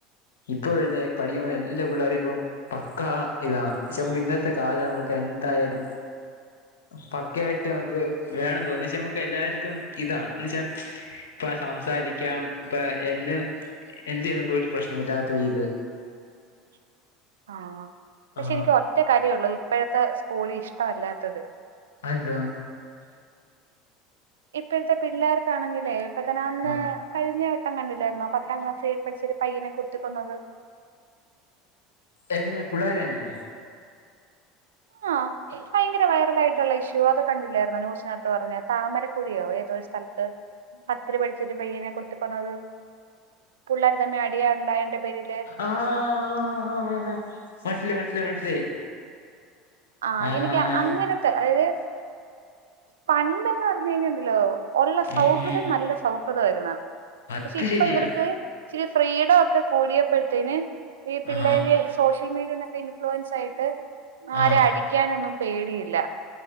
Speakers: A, on the left (about 80°); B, on the right (about 85°).
A: ഇപ്പൊ വരുന്ന പഠിക്കുമ്പോ എല്ലാ പിള്ളേർ ഇപ്പം പക്ക ഇതാണ് പക്ഷെ നമുക്ക് ഇന്നത്തെ കാല നമ്മ ന്തായാലും പക്കായിട്ട് നമുക്ക് വേണ തോന്നി വെച്ചാ നമ്മക്ക് എല്ലാർക്കും ഇതാ എന്ന് വെച്ചാ ഇപ്പം സംസാരിക്കാം ഇപ്പം എന്റെ എന്ത് ചെയ്തോണ്ട ഒരു പ്രശ്നല്ലാത്ത ഇത്
B: <inaudible> ആഹ് പക്ഷെ
A: ആ
B: എനിക്ക് ഒറ്റ കാര്യംള്ളൂ ഇപ്പോഴത്തെ സ്കൂള് ഇഷ്ടമല്ലാത്തത്
A: അതെന്തുവാ
B: ഇപ്പഴത്തെ പിള്ളേർക്കാണെങ്കിലേ ഇപ്പം തന്നെ അന്ന്
A: ആ
B: കഴിഞ്ഞ പത്രം കണ്ടില്ലായിരുന്നോ പത്താം ക്ളാസ് പഠിച്ച പയ്യനെ കുത്തിക്കൊന്നത്
A: എങ്ങനെ പിള്ളേരന്നെ
B: ആഹ് ഭയങ്കര വൈറലായിട്ടുള്ള ഇഷ്യൂ അത് കണ്ടില്ലായിരുന്നു ന്യൂസിനകത്ത് പറഞ്ഞ താമരക്കുടിയോ ഏതോ സ്ഥലത്ത് പത്തില് പഠിച്ചിട്ട പയ്യനെ കുത്തി കൊന്നത് പുള്ളേർ തന്നെ അടിയാ ഉണ്ടായേന്റെ പേരില്
A: ആഹ് മനസ്സിലായി മനസ്സിലായി മനസ്സിലായി
B: ആഹ്
A: ആ
B: എനിക്ക് അങ്ങനത്തെ അതായത് പണ്ട് എന്ന് പറഞ്ഞ് കഴിഞ്ഞാൽ ഉണ്ടല്ലോ ഉള്ള സൗഹൃദം
A: ഉം
B: നല്ല സൗഹൃദം ആയിരുന്നു
A: അത്
B: പക്ഷെ ഇപ്പൊ
A: ശരിയാ
B: ഇവർക്ക് ഇച്ചിരി ഫ്രീഡം ഒക്കെ കൂടിയപ്പഴത്തേന് ഈ പിള്ളേര്
A: ആ
B: സോഷ്യൽ മീഡിയന്ന് ഒക്കെ ഇൻഫ്ലുവൻസ് ആയിട്ട് ആരെ
A: ആ
B: അടിക്കാനൊന്നും പേടിയില്ല